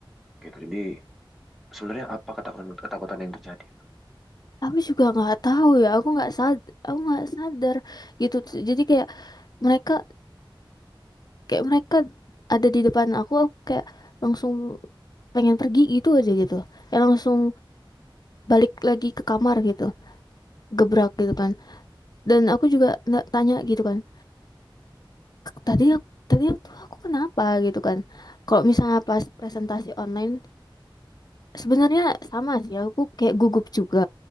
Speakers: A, in the centre; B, on the left.
A: Gitu. Jadi sebenarnya apa ketakutan ketakutan yang terjadi?
B: aku juga nggak tahu ya aku nggak sad aku nggak sadar gitu jadi kayak mereka kayak mereka ada di depan aku aku kayak langsung pengen pergi gitu aja gitu ya langsung balik lagi ke kamar gitu gebrak gitu kan dan aku juga nggak tanya gitu kan tadi ak- tadi tuh aku kenapa gitu kan kalau misalnya pas presentasi online sebenarnya sama sih aku kayak gugup juga